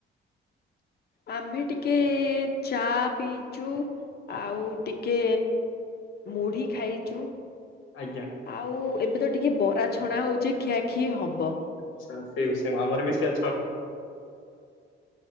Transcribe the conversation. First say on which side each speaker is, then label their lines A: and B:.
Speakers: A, on the left; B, on the left.
A: ଆମେ ଟିକେ ଚା ପିଇଚୁ ଆଉ ଟିକେ ମୁଢ଼ି ଖାଇଛୁ
B: ଆଜ୍ଞା।
A: ଆଉ ଏବେ ତ ଟିକେ ବରା ଛଣା ହଉଛି ଖିଆଖି ହବ
B: ଆଚ୍ଛା ସେମ୍ ସେମ୍ ଆମର ବି ସେ ଛ